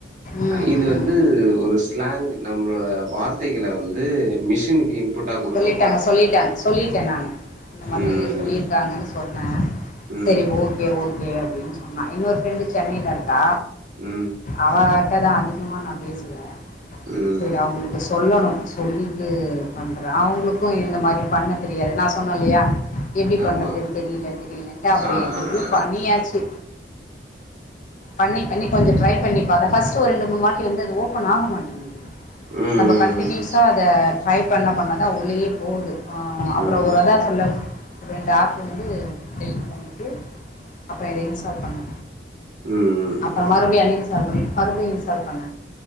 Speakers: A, on the left; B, on the right.
A: ம்
B: இது
A: ம்.
B: வந்து ஒரு ஸ்லாங் நம்மளோட வார்த் <unintelligible> வந்து மிஷினுக்கு இன்புட்டா குடுக்க
A: சொல்லிட்டாங்க
B: போறோம்.
A: சொல்லிட்டாங்க சொல்லிட்டேன் நானு இந்த மாதிரி
B: ம்,
A: சொல்லிருக்காங்கன்னு சொன்
B: ம்,
A: சரி ஓகே ஓகே ஓகே அப்டின்னு சொன்னா இன்னொரு ஃப்ரெண்டு சென்னையில இருக்கா
B: ம்,
A: அவ ந்தாதா அதிகமா நா பேசுவே
B: ம்.
A: செரி அவுங்களுக்கு சொல்லணு சொல்லிட்டு பண்ற அவுங்களுக்கு இந்த மாரி பண்ண தெரியாது நா சொன்னல்லயா எப்டி
B: ஆமா
A: பண்றதுன் தெரில தெரியலன்ட்டு அப்புறோ
B: ஆ
A: எப்பப்டியோ
B: ஆ ஆ
A: பண்ணியாச்சு பண்ணி பண்ணி கொஞ்சோ ட்ரை பண்ணி பாத்த ஃபஸ்ட் ஒரு ரெண்டு மூணுவாட்டி வந்து ஓப் பன் ஆக மாட்டிங்கிது
B: ம்
A: நம்ப கண்டினியூஸா
B: ம்
A: அத ஹை பண்ண பண்ணதா உள்ளயே போகுது ஆ அப்புறோ
B: ம்
A: ஒரதா சொல்ல ரெண்டு ஆப் வந்து டெலீட் பண்ணிட்டு அப்றோ இத இன்ஸ்டால் பண்ணே
B: ம் ம்
A: அப்பற மறுபடி அன் இன்ஸ்டால் பண்ணிட் மறுபடி இன்ஸ்டால் பண்ண